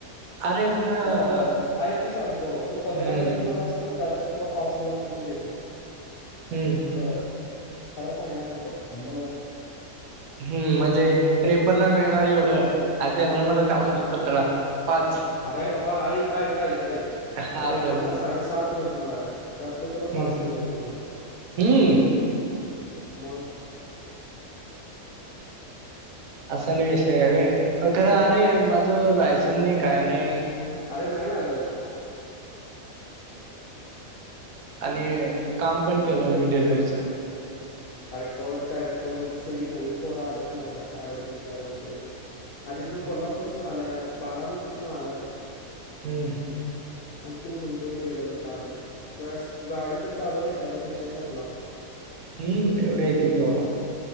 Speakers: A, on the right; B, on the left.
A: अरे खरं
B: त्यातलं आईक की सांगतो तू पंधरा
A: हम्म
B: हजार घेऊन आलास ना त्यातलं तुला पाच हजार रुपये मी देतो
A: हम्म
B: परत खऱ महिन्यानंतर न
A: हम्म म्हणजे रेफरला मिळणार एवढं आणि त्यात मला दहा मधलं पंधरा पाच
B: अरे बाबा आईक, आईक, आईक, आईक
A: हा
B: रेफरला
A: बोल
B: साडेसात भेटणार आहे त्यातलं तुला
A: हम्म
B: पाच देतो म्हणालोय मी
A: हम्म
B: मग?
A: असा अनी विषय आहे होय खरं अरे माझं लायसन नाही काय नाही
B: आरे नाही लागत
A: आणि काम पण केलो नाही मी डिलवरीचं
B: अरे कोण काय कोण इथे सगळी नवीन पोर आल्यात मरदा काय एवढं विचार करतोय? आरे
A: हम्म
B: इथनं कोल्हापूरातनं आल्यात, बारामतीतनं आल्यात
A: हम्म
B: अन तु म्हणतोय केलं नाही का नाही तुला गाडी तर चालवल्या यती न विषय संपला
A: हम्म तेवढे येतं की बाबा